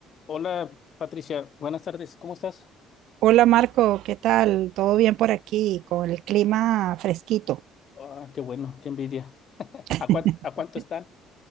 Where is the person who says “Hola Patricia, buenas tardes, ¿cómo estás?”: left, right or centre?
Left